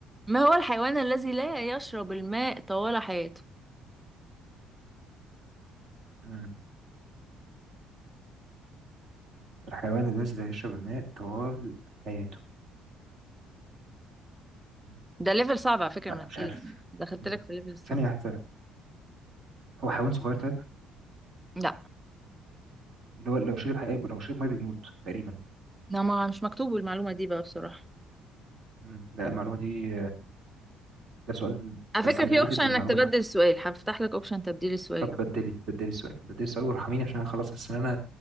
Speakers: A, in the centre; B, on the right.
A: ما هو الحيوان الذي لا يشرب الماء طوال حياته
B: مم. الحيوان الذي لا يشرب الماء طوال حياته مم.
A: ده ليفل صعب على فكرة
B: لا
A: من
B: مش
A: العلم.
B: عارف
A: دخلت
B: مم.
A: لك في ليفل صعب
B: ثانية واحدة هو حيوان صغير طيب
A: لا
B: اللي هو لو شرب حقيقة لو شرب ميه بيموت تقريبا
A: لا ما مش مكتوب المعلومة دي بقى بصراحة
B: مم. لا المعلومة دي ده سؤال
A: على
B: بس
A: فكرة
B: ريليتد
A: في اوبشن انك
B: للمعلومة
A: تبدل
B: دي
A: السؤال هفتح لك اوبشن تبديل السؤال
B: طب
A: ده
B: بدلي بدلي السؤال بدلي السؤال وارحميني عشان انا خلاص حاسس ان انا